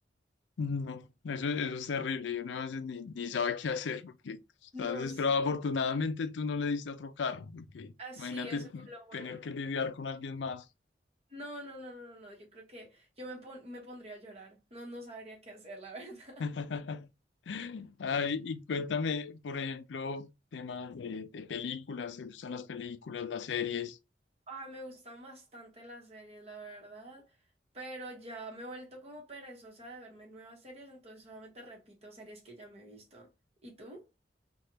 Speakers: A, on the left; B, on the right.
A: No, eso, eso es terrible y uno a veces ni, ni sabe qué hacer porque estás
B: No,
A: desesperado.
B: sí.
A: Afortunadamente tú no le diste otro carro, porque
B: Así,
A: imagínate
B: eso fue lo bueno.
A: tener que lidiar con alguien más.
B: No, no, no, no, no, no, yo creo que yo me, pon- me pondría a llorar. No, no sabría qué hacer, la verdad.
A: <laughs>
B: <laughs>
A: Ay, y cuéntame, por ejemplo, temas de, de películas, ¿te gustan las películas, las series?
B: Ah, me gustan bastante las series, la verdad, pero ya me he vuelto como perezosa de verme nuevas series, entonces solamente repito series que ya me he visto. ¿Y tú?